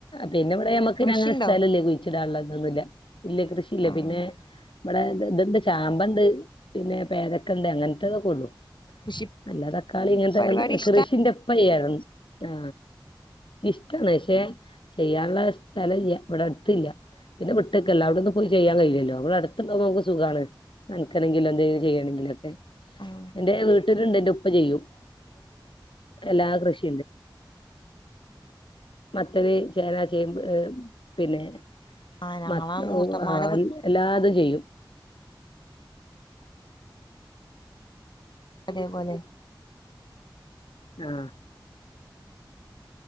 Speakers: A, on the left (about 85°); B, on the left (about 65°).
A: പിന്നെ ഇവിടെ നമ്മക്ക്
B: കൃഷിണ്ടോ
A: അങ്ങനെ സ്ഥലല്ല കുഴിച്ചി ഇതോന്നുമല്ല ഇല്ല കൃഷിയില്ല
B: ആഹ്
A: പിന്നെ ഇമ്മടെ ഇതുണ്ട് ചാമ്പ ഉണ്ട് പിന്നെ പേരക്കണ്ട് അങ്ങനത്തെതൊക്കെ ഉള്ളു
B: കൃഷി
A: അല്ലാതെ തക്കാളി ഇങ്ങനത്തെല്ല
B: പരിപാടി ഇഷ്ടാണോ
A: കൃഷി ന്റെപ്പ ചെയ്യാരുന്നു ആ ഇഷ്ടമാണ് പക്ഷെ ചെയ്യാനുള്ള സ്ഥലം ഇല്യ ഇവിടെ അടുത്തില്ല പിന്നെ വിട്ട് നിക്കല്ലേ അവിടെന്ന പോയി ചെയ്യാൻ കഴയില്ലല്ലോ അവിടുണ്ടോ നമുക്ക് സുഖാണ് നനക്കണമെങ്കിൽ എന്തെങ്കിലുംചെയ്യണമെങ്കിലൊക്കെ
B: ആഹ്
A: എന്റെ വീട്ടിലുണ്ടന്റെ ഉപ്പ ചെയ്യും എല്ലാ കൃഷിയും മത്തന് ചേന ചേമ്പ് ഏ പിന്നെ
B: ആഹ്
A: <unintelligible>
B: ഞങ്ങളെ മൂത്തമ്മാരെ
A: എല്ലാതും ചെയ്യും
B: അതെപോലെ
A: ആ